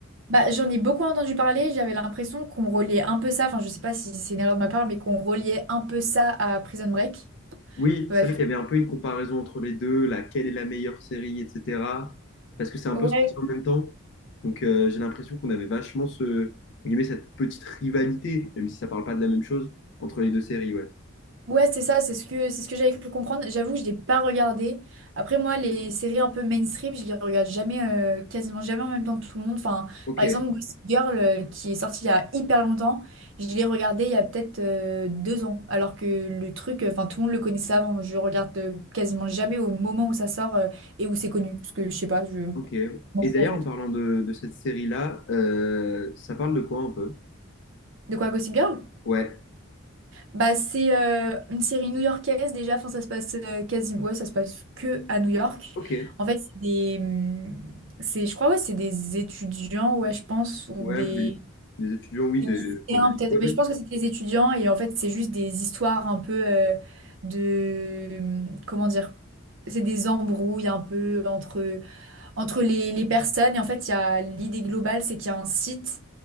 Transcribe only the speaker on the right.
Bah, j'en ai beaucoup entendu parler, j'avais l'impression qu'on reliait un peu ça, enfin je sais pas si c'est une erreur de ma part, mais qu'on reliait un peu ça à Prison Break.
Ouais.
Ouais.
Ouais, c'est ça, c'est ce que, c'est ce que j'avais cru comprendre. J'avoue que je l'ai pas regardé. Après, moi, les séries un peu mainstream, je les regarde jamais, euh, quasiment jamais en même temps que tout le monde. Enfin,
par exemple, Gossip Girl, euh, qui est sorti il y a hyper longtemps, je l'ai regardé il y a peut-être euh, deux ans. Alors que le truc, euh, enfin, tout le monde le connaissait avant. Je regarde euh, quasiment jamais au moment où ça sort euh, et où c'est connu. Parce que je sais pas, je
m'en fous
en fait.
De quoi, Gossip Girl?
Bah, c'est euh, une série new-yorkaise déjà, enfin, ça se passe euh, quasi... ouais, ça se passe que à New York.
En fait, c'est des... hum, c'est, je crois, ouais, c'est des étudiants, ouais, je pense, ou
des,
des
lycéens
peut-être,
mais je pense que c'est des étudiants et en fait, c'est juste des histoires un peu euh, de... hum, Comment dire? C'est des embrouilles un peu entre entre les, les personnes. Et en fait, il y a l'idée globale, c'est qu'il y a un site